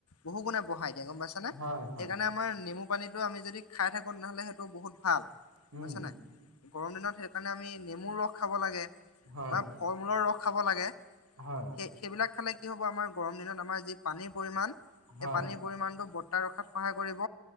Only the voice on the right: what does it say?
হয় হয়
উম
হয়
হয়
হয়